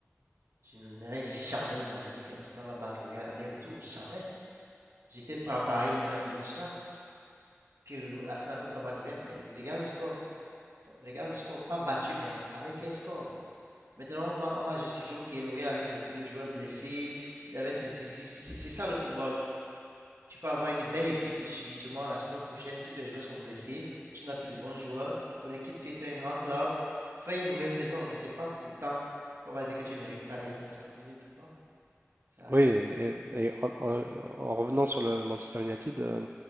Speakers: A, on the right (about 80°); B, on the right (about 50°).
A: je n'aurais jamais imaginé que l'Arsenal va battre le Real aller-retour. Jamais. J'étais prêt à parier même un million sur ça. Que le- l'Arsenal ne peut pas battre le Real, mais il regarde le score. Donc, Regarde le score, pas battu, mais avec un score. Maintenant, on va, on va justifier, ok, L'Oréal avait beaucoup de joueurs blessés, ils avaient, c'est c'est- c'est- c'est- ça le football. Tu peux avoir une belle équipe et subitement, la saison prochaine, tous tes joueurs sont blessés, tu n'as plus de bons joueurs, ton équipe qui était un grand club fait une mauvaise saison, mais c'est pas pour autant qu'on va dire que tu ne mérites pas d'être la Champions League. Non, ça arrive.
B: Oui, et, et en, en- en revenant sur le Manchester United, euh,